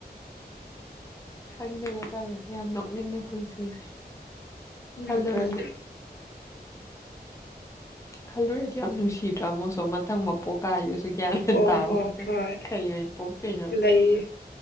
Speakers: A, on the left; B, on the left.
A: ꯈꯪꯒꯦꯗ ꯇꯧꯔꯤꯁꯦ ꯌꯥꯝ ꯅꯣꯛꯅꯤꯡꯉꯦ ꯄꯨꯟꯁꯤꯁꯦ
B: <unintelligible>
A: ꯈꯜꯂꯨꯔꯗꯤ ꯈꯜꯂꯨꯔꯗꯤ ꯌꯥꯝ ꯅꯨꯡꯁꯤꯗ꯭ꯔꯥ ꯑꯃꯨꯛꯁꯨ ꯃꯊꯪ ꯃ ꯄꯣꯛꯀꯥꯏꯗꯁꯨ ꯒ꯭ꯌꯥꯟ ꯃꯦꯟ
B: ꯍꯣꯏ
A: ꯇꯥꯕ
B: ꯍꯣꯏ
A: ꯕꯣꯇꯦ
B: ꯍꯣꯏ
A: ꯀꯩ ꯑꯣꯏꯅ ꯄꯣꯛꯇꯣꯏꯅꯣꯗ
B: ꯂꯩ